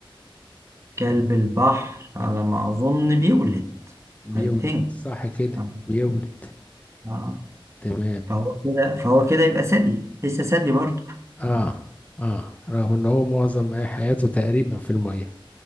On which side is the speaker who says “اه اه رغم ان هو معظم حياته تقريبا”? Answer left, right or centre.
Left